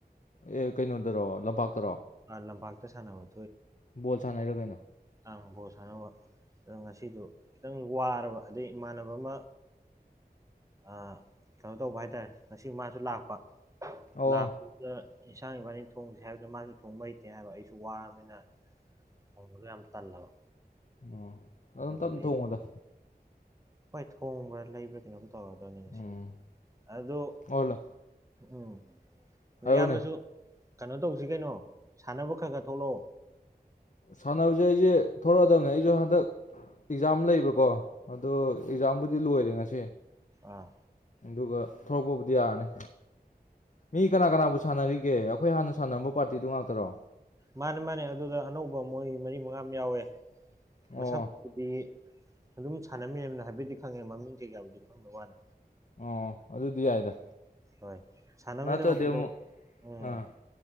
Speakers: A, on the left; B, on the right.
A: ꯑꯦ ꯀꯩꯅꯣꯗꯥꯔꯣ ꯂꯝꯄꯥꯛꯇꯔꯣ
B: ꯑ ꯂꯝꯄꯥꯛꯇ ꯁꯥꯟꯅꯕ
A: ꯕꯣꯜ ꯁꯥꯟꯅꯩꯔꯣ ꯀꯩꯅꯣ
B: ꯑꯥ ꯕꯣꯜ ꯁꯥꯟꯅꯔꯨꯕ ꯑꯗꯣ ꯉꯁꯤꯗꯨ ꯈꯤꯇꯪ ꯋꯥꯔꯕ ꯑꯗꯩ ꯏꯃꯥꯟꯅꯕ ꯑꯃ ꯑ ꯀꯩꯅꯣ ꯇꯧꯕ ꯍꯥꯏꯇꯥꯔꯦ ꯉꯁꯤ ꯃꯥꯁꯨ ꯂꯥꯛꯄ
A: ꯑꯣ
B: ꯂꯥꯛꯄꯗꯨꯗ ꯏꯟꯁꯥꯡ ꯏꯕꯥꯅꯤ ꯊꯣꯡꯁꯦ ꯍꯥꯏꯕꯗꯨꯗ ꯃꯥꯁꯨ ꯊꯣꯡꯕ ꯍꯩꯇꯦ ꯍꯥꯏꯕ ꯑꯩꯁꯨ ꯋꯥꯔꯃꯤꯅ ꯊꯣꯡꯕꯁꯨ ꯌꯥꯝ ꯇꯜꯂꯕ
A: ꯑꯥ ꯑꯗꯨꯝ
B: ꯑꯗꯨꯒꯤ
A: ꯇꯞꯅ
B: ꯂꯩ
A: ꯊꯣꯡꯉꯨꯗ
B: ꯍꯣꯏ ꯊꯣꯡꯕ꯭ꯔꯥ ꯂꯩꯕ꯭ꯔꯥ ꯀꯩꯅꯣꯝ ꯇꯧꯔꯗꯕꯅꯦ ꯉꯥꯁꯤꯕꯨꯗꯤ
A: ꯎꯝ
B: ꯑꯗꯣ
A: ꯑꯣ ꯂ-
B: ꯎꯝ
A: ꯍꯥꯏꯔꯛꯑꯣꯅꯦ
B: ꯏꯌꯥꯝꯕꯁꯨ ꯀꯩꯅꯣ ꯇꯧꯁꯤ ꯀꯩꯅꯣ ꯁꯥꯟꯅꯕ ꯈꯔ ꯈꯔ ꯊꯣꯛꯂꯛꯑꯣ
A: ꯁꯥꯟꯅꯕꯁꯦ ꯑꯩꯁꯦ ꯊꯣꯛꯂꯛꯑꯗꯕꯅꯦ ꯑꯩꯁꯨ ꯍꯟꯗꯛ ꯑꯦꯛꯖꯥꯝ ꯂꯩꯕꯀꯣ ꯑꯗꯣ ꯑꯦꯛꯖꯥꯝꯕꯨꯗꯤ ꯂꯣꯏꯔꯦ ꯉꯁꯤ
B: ꯑꯥ
A: ꯑꯗꯨꯒ ꯊꯣꯔꯛꯄꯕꯨꯗꯤ ꯌꯥꯔꯅꯤ ꯃꯤ ꯀꯅꯥ ꯀꯅꯥꯕꯨ ꯁꯥꯟꯅꯔꯤꯒꯦ ꯑꯩꯈꯣꯏ ꯍꯥꯟꯅ ꯁꯥꯟꯅꯔꯝꯕ ꯄꯥꯔꯇꯤꯗꯨ ꯉꯥꯛꯇꯔꯣ
B: ꯃꯥꯅꯦ ꯃꯥꯅꯦ ꯑꯗꯨꯗ ꯑꯅꯧꯕ ꯃꯣꯏ ꯃꯔꯤ ꯃꯉꯥ ꯑꯃ ꯌꯥꯎꯋꯦ ꯃꯥꯁꯛꯄꯨꯗꯤ
A: ꯑꯣ
B: ꯑꯗꯨꯝ ꯁꯥꯟꯅꯃꯤꯟꯅꯃꯤꯅ ꯍꯥꯏꯐꯦꯠꯇꯤ ꯈꯪꯉꯦ ꯃꯥꯃꯤꯡ ꯀꯩ ꯀꯥꯕꯨꯗꯤ ꯈꯪꯗꯥꯕꯩ ꯋꯥꯅꯦ
A: ꯑꯣ ꯑꯗꯨꯗꯤ ꯌꯥꯏꯗ
B: ꯍꯣꯏ ꯁꯥꯟꯅꯃꯤꯅꯕ
A: ꯅꯠꯇ꯭ꯔꯗꯤ
B: ꯈꯩꯗꯣ
A: ꯑꯃꯨꯛ
B: ꯎꯝ
A: ꯑꯥ